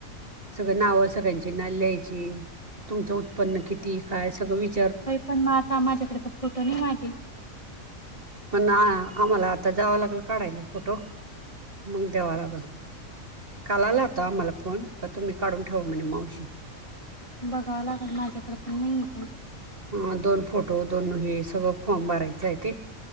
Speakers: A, on the right (about 45°); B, on the left (about 25°).
A: सगळं नाव सगळ्यांची ना लियची तुमचं उत्पन्न किती काय सगळं विच
B: बाई पण मग आता माझ्याकडे तर फोटो नाही माझे
A: पण आ- आम्हाला आता जावं लागेल काढायला फोटो मग द्यावा लागल काल आला आता मला फोण का तुम्ही काढून ठेवा म्हणे मावशी
B: बघाव लागत माझ्याकडे पण नाही का
A: अ दोन फोटो दोन हे सगळं फॉर्म भरायचं आहे ते